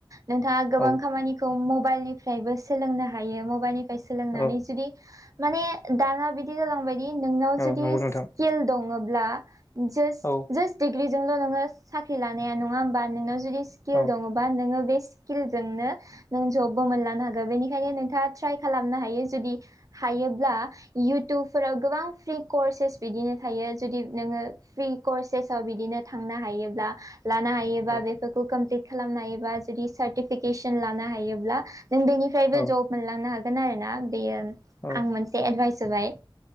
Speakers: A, on the right; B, on the left.
A: नोंथाङा
B: औ
A: गोबां खामानि मबाइलनिफ्रायबो सोलोंनो हायो मबाइलनिफ्राय सोलोंनानै
B: औ
A: जुदि माने दाना बिदि जालांबायदि नोंनाव
B: औ
A: जुदि
B: नंगौ नोंथां
A: स्किल दङब्ला ज
B: औ
A: जासट डिग्रि जोंल' नोङो साख्रि लानाया नङा होमबा नोङो जुदि स्किल
B: औ
A: दङबा नोङो बे स्किलजोंनो नों जबबो मोनलांनो हागोन बेनिखायनो नोंथाङा ट्राइ खालामनो हायो जुदि हायोब्ला इउटुबफोराव गोबां फ्रि कर्सेस बिदिनो थायो जुदि नोङो फ्रि कर्सेसआव बिदिनो थांनो हायोब्ला लानो हायोबा
B: औ
A: बेफोरखौ कमप्लिट खालामनो हायोबा जुदि सार्टिफिकेसन लानो हायोब्ला जों बेनिफ्रायबो
B: औ
A: जब मोनलांनो हागोन आरोना बेयो
B: औ
A: आं मोनसे एडभाइस होबाय